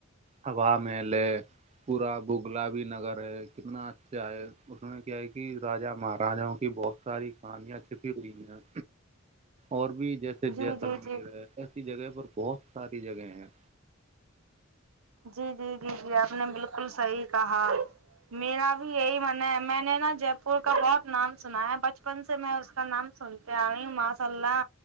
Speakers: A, on the right (about 30°); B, on the right (about 80°).
A: ہواامیلے پورا بغلا بھی نگر ہے کتنا اچھا ہے اس میں کیا ہے کہ راجہ مہاراجاں کی بہت ساری کہانیاں چھپی ہوئی ہیں اور بھی جیسے
B: جی
A: جیسلمیر
B: جی جی
A: ہے ایسی جگہ پر بہت ساری جگہ ہیں
B: جی جی جی جی آپ نے بالکل صحیح کہا میرا بھی یہی منع ہے میں نے نا جے پور کا بہت نام سنا ہے بچپن سے میں اس کا نام سنتے آے ماشاء اللہ